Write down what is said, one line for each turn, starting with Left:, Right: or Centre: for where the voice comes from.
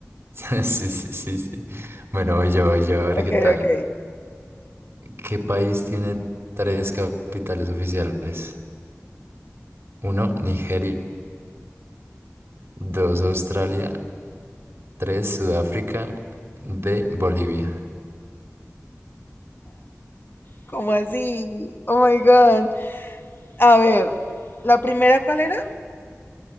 Right: Sí, sí, sí, sí. Bueno, voy yo, voy yo, a ver
Left: Ok,
Right: qué tal.
Left: ok.
Right: ¿Qué país tiene tres capitales oficiales? Uno, Nigeria. Dos, Australia. Tres Sudáfrica, de Bolivia.
Left: ¿Cómo así? Oh my God. A ver, ¿la primera cuál era?